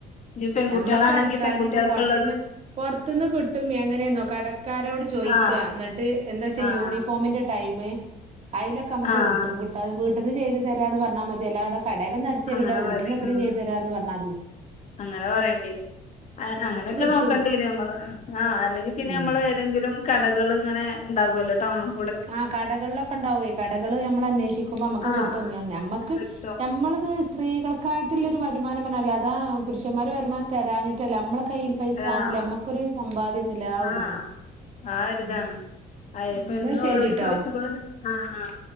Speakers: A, on the left; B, on the right.
A: ഇനി പെൺകുട്ടികളാണെങ്കി
B: നമ്മളത് അടിക്കാഞ്ഞിപ്പം
A: പെൺകുട്ടികൾക്കുള്ളതും
B: പുറത്തുന്ന് പുറത്തു നിന്ന് കിട്ടും എങ്ങനെയെന്നോ കടക്കാരോട് ചോയിക്കുക
A: ആഹ്
B: എന്നിട്ട് എന്താ വച്ചാ
A: ആഹ്
B: യൂണിഫോമിന്റെ ടൈമ് അയിലൊക്കെ നമക്ക്
A: ആഹ്
B: കിട്ടും കിട്ടാതെ വീട്ടിന്ന് ചെയ്ത് തരാന്ന് പറഞ്ഞാൽ മതിഎല്ലാടെ കടെ വന്ന് അടച്ച് തരുല്ലവീട്ടീന്ന്
A: അങ്ങനെ മതി
B: ആത്ര
A: ഉം
B: ചെയതു തരാന്ന് പറഞ്ഞാ മതി
A: അങ്ങനെ പറയേണ്ടി വരും അങ്ങന അങ്ങനെയൊക്കെ
B: കിട്ടും
A: നോക്കേണ്ടി വരും നമ്മള് ആ അല്ലെങ്കിൽ പിന്നെ
B: ഉം
A: നമ്മള് ഏന്തെങ്കിലും കടകൾ ഇങ്ങനെ ഉണ്ടാകുമല്ലോ ടൗണും
B: ആ കടകൾലൊക്കെ ഉണ്ടാവ്വേ കടകൾ നമ്മൾ അന്വേഷിക്കുമ്പോ നമ്മുക്ക്
A: ആഹ്
B: കിട്ടും ഞാ നമ്മക്ക്
A: കിട്ടും
B: നമ്മളത് സ്ത്രീകൾക്കായിട്ടുള്ളൊരു വരുമാനമെന് അല്ലാതാ പുരുഷന്മാര് വരുമാനം തരാഞ്ഞിട്ടല്ല നമ്മളെ കയ്യിൽ പൈസാന്നില്ല
A: ആഹ്
B: നമ്മക്കൊരു സമ്പാദ്യ ഒന്നില്ല ആ ഒരിതാണ്
A: ആഹ് ആ ഒരിതാണ്
B: ഉം
A: അയിപ്പ
B: എന്നാ
A: എന്നും
B: ശരിട്ടോ
A: ഓലോട് ചോദിച്ചപ്പോളുന്ന് ആഹ് ആഹ്